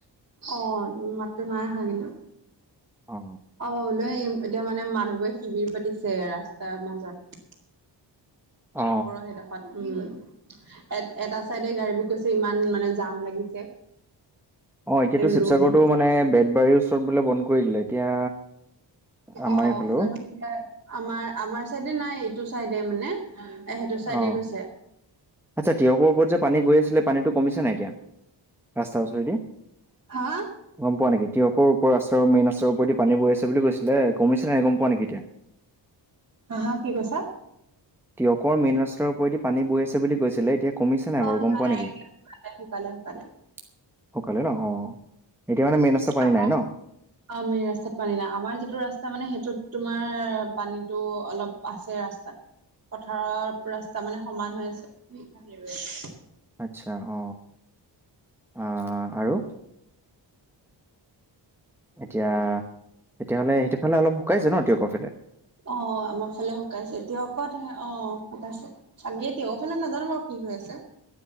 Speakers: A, on the right; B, in the centre.
A: অ, তুমি মাতটো নাইঅহা কিন্তু
B: অ,
A: অ লৈ আহিম এতিয়া মানে মানুহবোৰে শিবিৰ পাতিছে ৰাস্তাৰ মাজত
B: অ
A: ওপৰৰ সেই ত উম এ এটা চাইডে গাড়ীবোৰ গৈছে ইমান মানে জাম লাগিছে। <inaudible>
B: অ এতিয়াতো শিৱসাগৰ
A: ৰ'দো
B: ৰতো মানে বেতবাৰীৰ ওচৰত বোলে বন্ধ কৰি দিলে এতিয়া আমাৰ
A: অ
B: এইফালেও
A: জানো এতিয়া আমাৰ আমাৰ চাইডে নাই এইটো চাইডে মানে সেইটো চাইডে
B: অ
A: গৈছে
B: আচ্ছা তিয়কৰ ওপৰত যে পানী গৈ আছিল পানীটো কমিছে নাই এতিয়া। ৰাস্তাৰ উচৰেদি
A: হা,
B: গম পোৱা নেকি তিয়কৰ ওপৰৰ ৰাস্তাৰ মেইন ৰাস্তাৰ ওপৰেডি পানী বৈ আছে বুলি কৈছিলে কমিছে নাই গম পোৱা নেকি এতিয়া।
A: হা হা কি কৈছা।
B: তিয়কৰ মেইন ৰাস্তাৰ ওপৰেদি পানী বৈ আছে বুলি কৈছিলে এতিয়া, কমিছে নাই
A: অ
B: বাৰু গম পোৱা
A: নাই
B: নেকি।
A: শুকালে শুকালে শুকালে
B: শুকালে ন অ এতিয়া মানে মেইন ৰাস্তাত পানী
A: আমাৰ
B: নাই ন।
A: অ মেইন ৰাস্তাত পানী নাই আমাৰ যিটো ৰাস্তা মানে সেইটোত তোমাৰ পানীটো অলপ আছে ৰাস্তাত পথাৰৰ ৰাস্তা মানে সমান হৈ আছে
B: আচ্ছা অ আহ আৰু এতিয়া তেতিয়াহলে সেইটোফালে অলপ শুকাইছে ন তীয়কৰ ফালে।
A: অ আমাৰ ফালে শুকাইছে তিয়কত অ শুকাইছে আমি তিয়কৰ ফালে নাজানো বাৰো কি হৈ আছে।